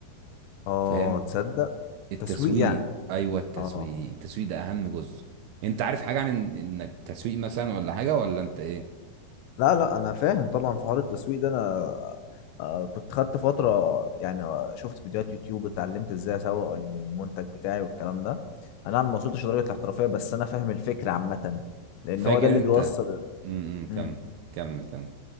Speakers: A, on the left (about 85°); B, on the right (about 80°).
A: اه
B: فاهم
A: تصدق
B: التسويق
A: تسويق يعني
B: ايوه التسويق
A: اه
B: التسويق ده اهم جزء انت عارف حاجة عن إن- انك تسويق مثلا ولا حاجة ولا انت ايه
A: لا لا انا فاهم طبعا في حوار التسويق ده انا آه كنت خدت فتره يعني آه، شفت فيديوهات يوتيوب اتعلمت ازاي اسوق المنتج بتاعي والكلام ده انا ما وصلتش لدرجه الاحترافيه بس انا فاهم الفكره عامه لان
B: فاكر
A: هو ده اللي
B: انت
A: بيوصل
B: امم
A: مم.
B: كمل كمل كمل